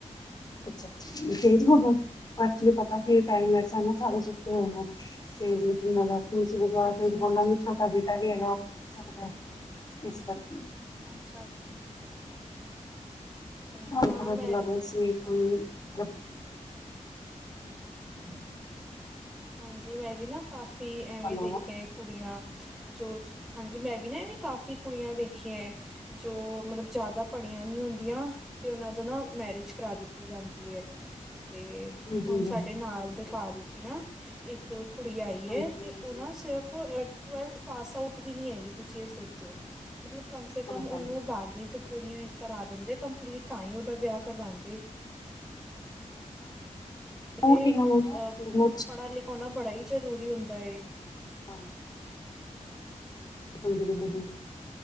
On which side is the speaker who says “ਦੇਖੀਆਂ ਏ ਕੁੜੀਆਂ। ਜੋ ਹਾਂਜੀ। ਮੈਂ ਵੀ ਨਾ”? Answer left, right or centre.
Centre